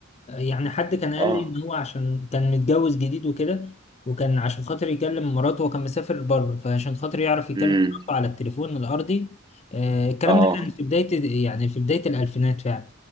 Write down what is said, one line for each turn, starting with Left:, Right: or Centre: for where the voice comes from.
Left: يعني حد كان قال
Right: اه
Left: لي ان هو عشان كان متجوز جديد وكده وكان عشان خاطر يكلم مراته وكان مسافر بره فعشان خاطر يعرف يكلم
Right: امم
Left: مراته على التليفون الارضي آه، الكلام
Right: اه
Left: ده كان في بداية يعني في بداية الالفينات فعلا